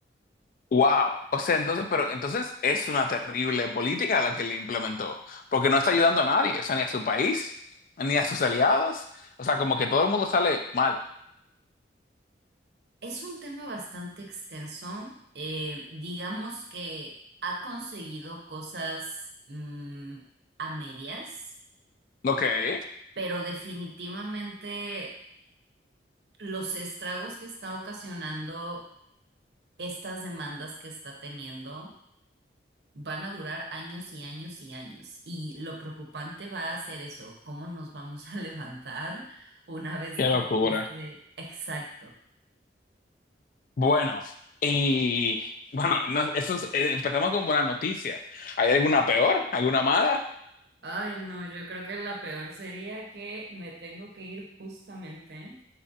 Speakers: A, on the left (about 50°); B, on the right (about 65°).
A: Wow. O sea, entonces, pero entonces es una terrible política la que le implementó, porque no está ayudando a nadie, o sea, ni a su país, ni a sus aliados. O sea, como que todo el mundo sale mal.
B: Es un tema bastante extenso, eh, digamos que ha conseguido cosas mm, a medias,
A: Ok. Qué
B: pero definitivamente los estragos que está ocasionando estas demandas que está teniendo van a durar años y años y años. Y lo preocupante va a ser eso, cómo nos vamos a <laughs> levantar una vez
A: locura.
B: que esté exacto.
A: Bueno, y bueno, no- eso es- eh, empezamos con buena noticia. ¿Hay alguna peor? ¿Alguna mala?
B: Ay, no, yo creo que la peor sería que me tengo que ir justamente